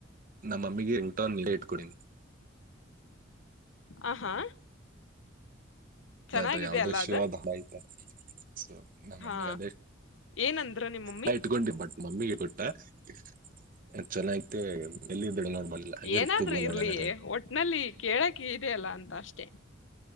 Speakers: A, on the right (about 45°); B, on the left (about 70°).
A: ನಮ್ಮಮ್ಮಿಗೆ ರಿಂಗ್ಟೋನ್ <unintelligible> ಇಟ್ಕೊಡಿನಿ.
B: ಆಹ್ ಹಾ ಚೆನ್ನಾಗಿದೆ
A: ಅದು ಯಾವ್ದೋ
B: ಅಲ್ಲ
A: ಶಿವದ್
B: ಅದು
A: ಹಾಡೈತಲ ಸೊ ನಮ್ಮಮ್ಮಿಗ್
B: ಹಾ
A: ಅದೇ
B: ಏನಂದ್ರ ನಿಮ್ಮಮ್ಮಿ
A: ನಾ ಇಟ್ಕೊಂಡಿ ಬಟ್ ಮಮ್ಮಿಗೆ ಕೊಟ್ಟ <unintelligible>
B: ಏನಾದ್ರು
A: ಇತ್ತು ಗೋಲೊಳಗ
B: ಇರ್ಲಿ ಒಟ್ ನಲ್ಲಿ ಕೇಳಕ್ ಇದೆ ಅಲ್ಲ ಅಂತ ಅಷ್ಟೆ